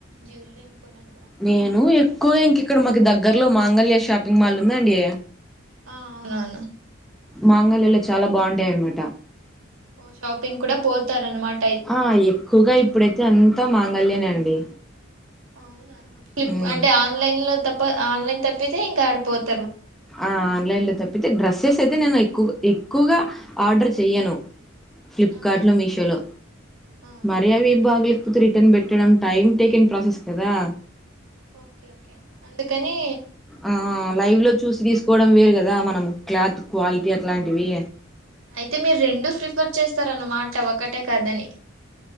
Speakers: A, on the right; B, in the centre.
A: జ్యువలరీ ఎమ్కొనను
B: నేను ఎక్కువ ఇంక ఇక్కడ మాకు దగ్గర్లో మాంగళ్యా షాపింగ్ మాల్ ఉందా అండి
A: ఆ అవునవును
B: మాంగళ్యలొ చాలా బాఉంటయి యన్మట
A: ఓ షాపింగ్ కూడా పోతారు అనమాట
B: ఆ ఎక్కువగా ఇప్పుడైతే అంతా మాంగళ్యా నే అండి
A: అవునా ఫ్లిప్
B: ఉమ్
A: అంటే ఆన్లైన్ లో తప్ప ఆన్లైన్ తప్పితే ఇంకా ఆడిపోతు
B: ఆ ఆన్లైన్ లో తప్పితే డ్రెస్సెస్ అయితే నేను ఎక్కువ ఎక్కువగా ఆర్డర్ చెయను ఫ్లిప్కార్ట్
A: ఆహా
B: లో మీషో లో
A: ఆ
B: మరియావిభాగులు రిటర్న్ పెట్టడం టైమ్ టేక్ ఇన్ ప్రాసెస్ కదా
A: ఓకే ఓకే అందుకని
B: ఆ లైవ్ లో చూసి తీసుకోవడం వేరు కదా మనం క్లాత్ క్వాలిటీ అట్లాంటివి
A: అయితే మీరు రెండు ప్రిఫర్ చేస్తారన్నమాట ఒకటే కాదని